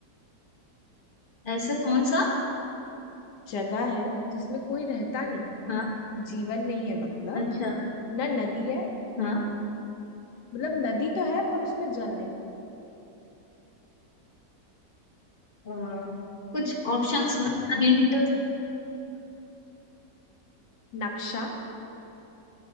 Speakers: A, on the left; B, on the left.
A: ऐसा कौन सा
B: जगह है जिसमें कोई रहता नहीं
A: हाँ
B: जीवन नहीं है मतलब
A: अच्छा
B: ना नदी है
A: हाँ
B: मतलब नदी तो है पर उसमें जल नहीं
A: आ, कुछ ऑप्शंस वगैरह हिंट
B: नक्शा